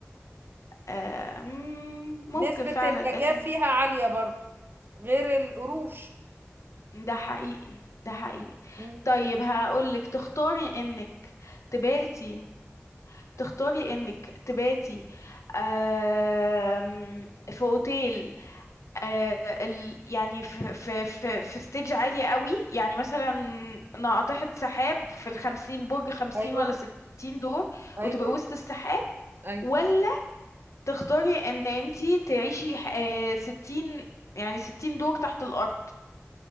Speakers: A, on the left; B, on the right.
A: آه... مم، ممكن
B: نسبه
A: فعلا
B: النجاه
A: ده كان
B: فيها عاليه برضو غير القروش
A: ده حقيقي ده
B: مم.
A: حقيقي
B: مم.
A: طيب هقولك تختاري انك تباتي تختاري انك تباتي آم، في اوتيل آه، ال- يعني في في في في ستيج عالي قوي يعني مثلا ناقطة سحاب في الخمسين برج خمسين
B: ايوه
A: ولا ستين دور
B: ايوه
A: وتبقي وسط السحاب
B: ايوه
A: ولا تختاري ان انتي تعيشي آه، ستين يعني ستين دور تحت الارض